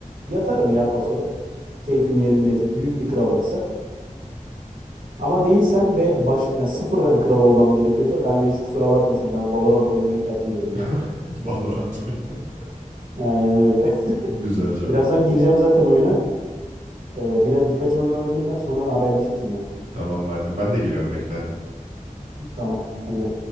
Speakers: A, on the right; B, on the right.
A: yatarım ya paso. Keyfim yerindeyse büyük bir krallıksa. Ama değilsem ve baş ya sıfırdan kral olmam gerekiyorsa kanka hiç kusura bakmasın ben Valorant oynamayı tercih ederim
B: <laughs>
A: ya.
B: Valorant oynamayı.
A: Aynen öyle. <laughs>
B: Güzel cevap.
A: Birazdan gireceğim zaten oyuna. Ee, biraz birkaç oyun oynayayım ben sonra haberleşiriz yine.
B: Tamam madem ben de geliyorum bekle hadi.
A: Tamam. Hadi